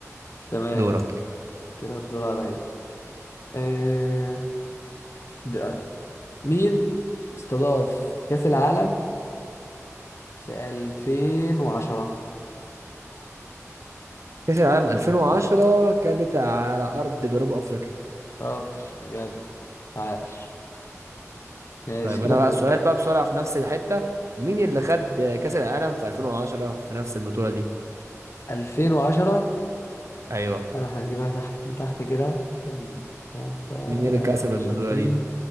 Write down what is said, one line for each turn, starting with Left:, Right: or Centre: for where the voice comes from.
Left: تمام
Right: دورك
Left: كده الدور عليا آه، ده- مين استضاف كأس العالم في 2010
Right: كأس العالم 2010 كانت على أرض جنوب أفريقيا
Left: شاطر بجد عاش ماشي
Right: طيب
Left: كده
Right: أنا
Left: دور
Right: بقى السؤال بقى بسرعة في نفس الحتة مين اللي خد كأس العالم في 2010 في نفس البطولة دي
Left: 2010
Right: أيوه
Left: انا هنجيبها تحت تحت كده كان واحدة-
Right: مين
Left: أنا
Right: اللي كسب
Left: ارجنتين
Right: البطولة دي